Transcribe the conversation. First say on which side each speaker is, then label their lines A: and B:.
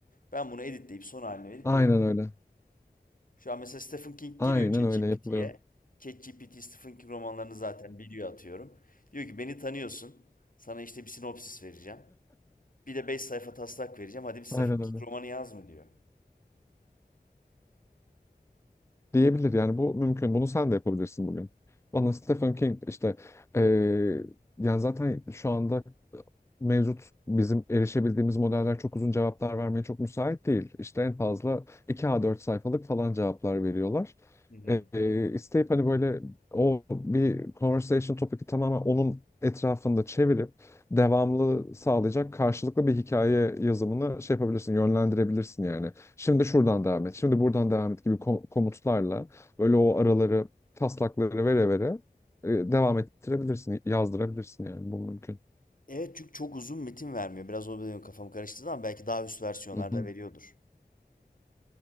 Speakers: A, on the left (about 55°); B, on the left (about 15°).
A: ben bunu editleyip son haline verip
B: Aynen
A: yayınlayayım.
B: öyle.
A: Şu an mesela Stephen King
B: Aynen
A: giriyor ChatGPT'ye
B: öyle yapılıyor.
A: ChatGPT Stephen King romanlarını zaten biliyor atıyorum diyor ki beni tanıyorsun sana işte bir sinopsis vereceğim bir de 5 sayfa taslak vereceğim. Hadi bir sayfa
B: Aynen
A: iki
B: öyle.
A: romanı yaz mı diyor.
B: Diyebilir yani bu mümkün. Bunu sen de yapabilirsin bugün. Bana Stephen King işte eee, yani zaten şu anda mevcut bizim erişebildiğimiz modeller çok uzun cevaplar vermeye çok müsait değil. İşte en fazla 2 A4 sayfalık falan cevaplar veriyorlar.
A: Hı hı.
B: Ee, isteyip hani böyle o bir conversation topic'i tamamen onun etrafında çevirip devamlı sağlayacak karşılıklı bir hikaye yazımını şey yapabilirsin, yönlendirebilirsin yani. Şimdi şuradan devam et, şimdi buradan devam et gibi ko- komutlarla böyle o araları, taslakları vere vere e, devam ettirebilirsin, yazdırabilirsin yani bu mümkün.
A: Evet çünkü çok uzun metin vermiyor. Biraz o benim kafam karıştırdı ama belki daha üst versiyonlarda
B: Hı hı.
A: veriyordur.